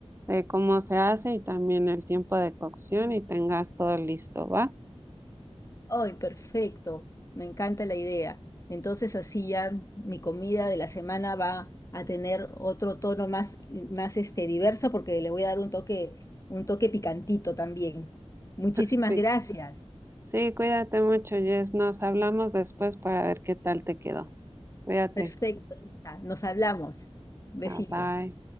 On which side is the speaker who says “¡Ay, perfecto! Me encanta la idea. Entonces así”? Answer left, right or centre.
Left